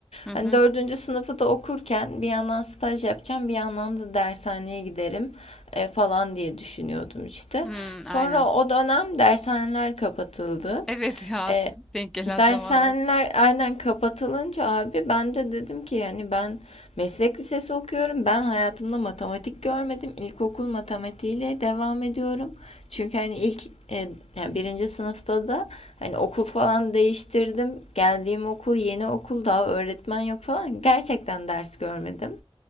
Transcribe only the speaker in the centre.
Hı hı.
Hmm,
aynen.
Evet ya
denk gelen
zamana bak.